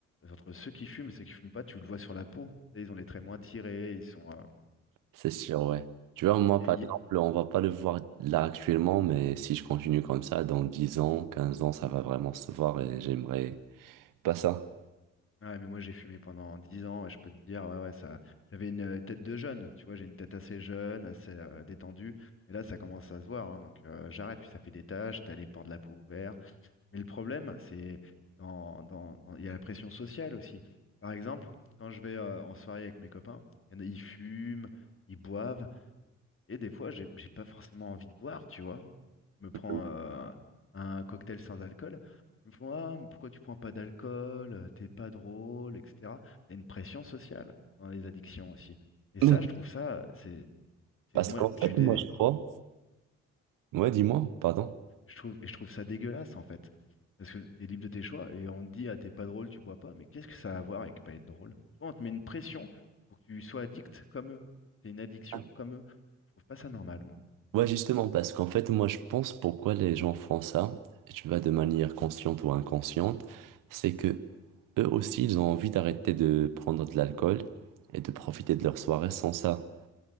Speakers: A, on the left; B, on the right.
A: Entre ceux qui fument et ceux qui fument pas, tu le vois sur la peau. Tu sais, Ils ont les traits moins tirés, ils sont. euh,
B: C'est sûr, ouais. Tu vois, moi,
A: et
B: par
A: il y,
B: exemple, on va pas le voir là actuellement, mais si je continue comme ça, dans 10 ans, 15 ans, ça va vraiment se voir et j'aimerais pas ça.
A: Ouais, mais moi j'ai fumé pendant 10 ans, ouais, je peux te dire, ouais, ouais, ça. J'avais une euh, tête de jeune, tu vois, j'ai une tête assez jeune, assez euh, détendue, et là ça commence à se voir, hein, donc euh, j'arrête, puis ça fait des taches, t'as les pores de la peau ouverts. Mais le problème, c'est dans, dans, dans- il y a la pression sociale aussi. Par exemple, quand je vais euh, en soirée avec mes copains, il y en a- ils fument, ils boivent, et des fois, j'ai j'ai pas forcément envie de boire, tu vois. Je me prends
B: <laughs>
A: euh, un cocktail sans alcool. Ils me font, Ah, mais pourquoi tu prends pas d'alcool? euh, T'es pas drôle, etc. T'as une pression sociale dans les addictions aussi. Et ça,
B: Non,
A: je trouve ça, c'est, c'est-
B: Parce
A: moi,
B: qu'en fait,
A: je suis des,
B: moi, je crois... Ouais, dis-moi, pardon.
A: je trouve, et je trouve ça dégueulasse en fait. Parce que t'es libre de tes choix et on te dit, ah, t'es pas drôle, tu bois pas. Mais qu'est-ce que ça a à voir avec pas être drôle? Tu vois, on te met une pression pour que tu sois addict comme eux. T'es une addiction
B: Ah.
A: comme eux. Je trouve pas ça normal, moi.
B: Ouais, justement, parce qu'en fait, moi, je pense pourquoi les gens font ça, et tu vois, de manière consciente ou inconsciente, c'est que eux aussi, ils ont envie d'arrêter de prendre de l'alcool et de profiter de leur soirée sans ça.